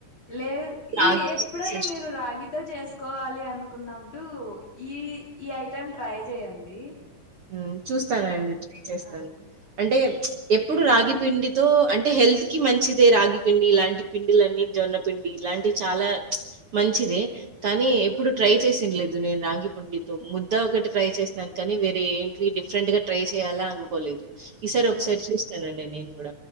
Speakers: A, on the left; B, on the right.
A: లేదు
B: రాగి
A: ఈ ఎప్పుడైన్నా మీరు రాగితో చేస్ కోవాలి అనుకున్నప్పుడు ఈ ఈ ఐటెం ట్రై చేయండి
B: మ్ చూస్తానండి
A: ఆ
B: ట్రై చేస్తాను
A: ఆ
B: అంటే ఎప్పుడు రాగి పిండితో అంటే హెల్త్ కి మంచిదే రాగి పిండి ఇలాంటి పిండిలన్నీ జొన్నపిండి ఇలాంటి చాలా మంచిదే కానీ ఎప్పుడు ట్రై చేసింది లేదు నేను రాగి పిండితో ముద్దా ఒకటి ట్రై చేసినాను కానీ వే రే ఏంటివి డిఫరెంట్ గా ట్రై చేయ్యాలా అనుకోలేదు ఈసారి ఒకసారి
A: ఆ
B: చూస్తానండి నేను కూడ